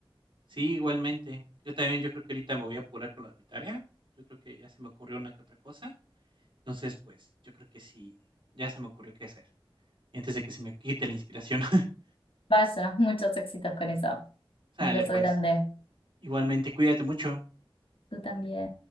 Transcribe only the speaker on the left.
Vaya, muchos éxitos con eso.
Un beso
grande.
Tú también.